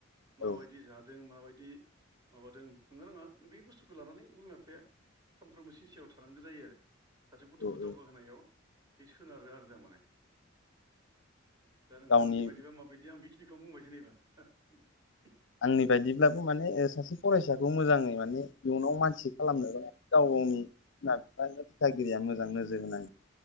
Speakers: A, on the right; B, on the left.
A: माबायदि
B: औ
A: जादों माबायदि माबादों <unintelligible> बे बुस्थुखौ लानानै बिमा बिफाया सानफ्रोमबो सिनसेयाव थानांगौ जायो आ <unintelligible> सासे गथ'खौ
B: औ
A: दावगाहोनायाव
B: औ
A: बे सोनारो आरो दा माने दा नोंथांनि
B: गावनि
A: बायदिबा माबायदि आं बेखिनिखौ बुंबाय जेनेबा <unintelligible>
B: आंनि बायदिब्लाबो माने ओ सासे <unintelligible> मोजाङै माने इयुनाव मानसि खालामनोबा गाव गावनि बिमा <inaudible> <unintelligible> गिरिया मोजां नोजोर होनां